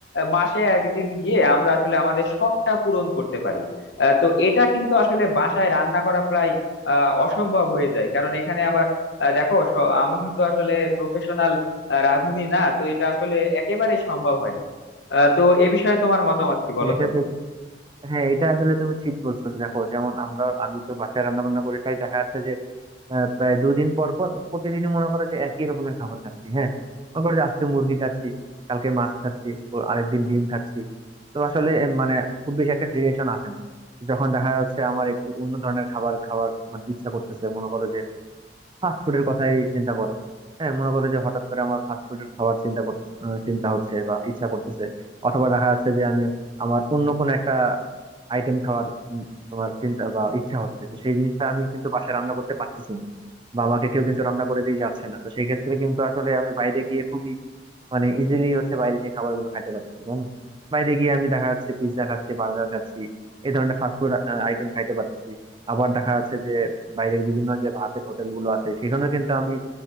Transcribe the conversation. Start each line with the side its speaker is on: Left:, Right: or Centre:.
Left: মাসে একদিন গিয়ে আমরা আসলে আমাদের শখটা পূরণ করতে পারি আহ, তো এটা কিন্তু আসলে বাসায় রান্না করা প্রায় আহ, অসম্ভব হয়ে যায় কারণ এখানে আবার আহ, দেখো স- আমরা তো আসলে প্রফেশনাল রাঁধুনি না তো এটা আসলে একেবারেই সম্ভব হয় না আহ, তো এ বিষয়ে তোমার মতামত কি
Right: তো
Left: বলো
Right: এটা
Left: তো
Right: ঠিক হ্যাঁ এটা আসলে তুমি ঠিক বলছো দেখো যেমন আমরা আমি তো বাসায় রান্না বান্না করে খাই দেখা যাচ্ছে যে আহ, প্রায় দুদিন পর পর বা প্রতিদিনই মনে করো যে একই রকমের খাবার খাচ্ছি হ্যাঁ মনে করো যে আজকে মুরগি খাচ্ছি কালকে মাছ খাচ্ছি ও আরেকদিন ডিম খাচ্ছি তো আসলে এ, মানে খুব বেশি একটা ভেরিয়েশন আসে না যখন দেখা যাচ্ছে আমার একটু অন্য ধরনের খাবার খাওয়ার মানে ইচ্ছা করতেছে মনে করো যে ফাস্ট ফুডের কথাই চিন্তা করো হ্যাঁ মনে করো যে হঠাৎ করে আমার ফাস্ট ফুডের খাবার চিন্তা করতে আহ, চিন্তা হচ্ছে বা ইচ্ছা করতেছে অথবা দেখা যাচ্ছে যে আমি আমার অন্য কোনো একটা আইটেম খাওয়ার উম, তোমার চিন্তা বা ইচ্ছা হচ্ছে তো সেই জিনিসটা আমি কিন্তু বাসায় রান্না করতে পারতেছি না বা আমাকে কেউ কিন্তু রান্না করে দিয়ে যাচ্ছে না তো সেই ক্ষেত্রে কিন্তু আসলে আমি বাইরে গিয়ে খুবই মানে ইজিলি হচ্ছে বাইরে সেই খাবার গুলো খাইতে পারতেছি তাই না? বাইরে গিয়ে আমি দেখা যাচ্ছে পিৎজা খাচ্ছি বার্গার খাচ্ছি এই ধরনের ফাস্টফুড আইটেম খাইতে পারতেছি আবার দেখা যাচ্ছে যে বাইরের বিভিন্ন যে ভাতের হোটেল গুলো আছে সেখানে কিন্তু আমি